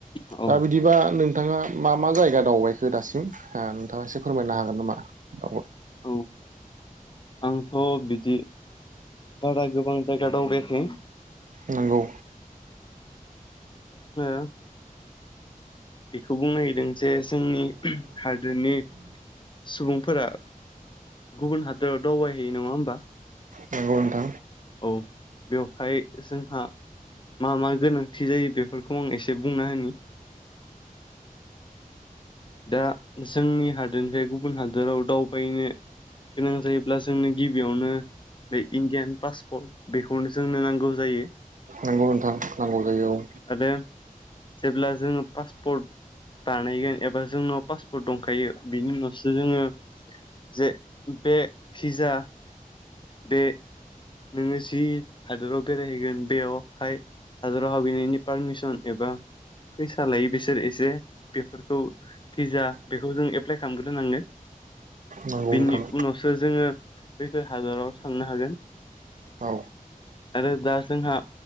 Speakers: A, on the left; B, on the right.
A: औ
B: दा बिदिबा नोंथाङा मा मा जायगा दावबायखो दासिम ओ नोंथाङा एसे फोरमायनो हागोन नामा दावबाय
A: औ आंथ' बिदि बारा गोबां जायगा दावबाया खै
B: नंगौ
A: <unintelligible> बेखौ बुंनो नागिरदों जे जोंनि हादोरनि सुबुंफोरा गुबुन हादोराव दावबायहैयो नङा होमबा?
B: नंगौ नोंथां।
A: औ बेवहाय जोंहा मा मा गोनांथि जायो बेफोरखौ आं एसे बुंना होनि दा जोंनि हाद रनिफ्राय गुबुन हादोराव दावबायनो गोनां जायोब्ला जोंनो गिबियावनो बे इण्डियान पासपर्ट बेखौनो जोंनो नांगौ जायो।
B: नंगौ नोंथां नांगौ जायो औ
A: आरो जेब्ला जोङो पासपर्ट बानायगोन एबा जोंनाव पासपर्ट दंखायो बिनि उनावसो जोङो जे बे भिजा बे नोङो जि हादोराव बेरायहैगोन बेयाव हाय हादराव हाबैनायनि पारमिसन एबा फैसा लायो बिसोर एसे बेफोरखौ भिजा बेखौ जों एप्लाइ खालामग्रोनोनांगोन।
B: नंगौ
A: बिनि
B: नोंथां
A: उनावसो जोङो बैफोर हादराव थांनो हागोन।
B: औ
A: आरो दा जोंहा